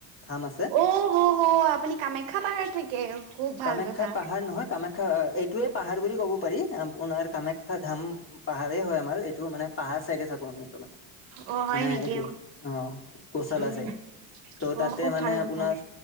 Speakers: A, on the left; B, on the right.
A: ধাম আছে
B: অ হ হ আপুনি কামাখ্যা পাহাৰত থাকে খুব ভাল
A: কামাখ্যা
B: কথা।
A: পাহাৰ নহয় কামাখ্ খ্যা এইটোয়ে পাহাৰ বুলি ক'ব পাৰি আপোনাৰ কামাখ্যা ধাম পাহাৰেই হয় আমাৰ এইটো মানে পাহাৰ চাইডে থাকো আমি এক
B: অ', হয়
A: মানে
B: নেকি
A: এইটো অ গৌচালা
B: উম,
A: চাইদ ত'
B: অ',
A: তাতে
B: খুব
A: মানে
B: ভাল কথা
A: আপোনাৰ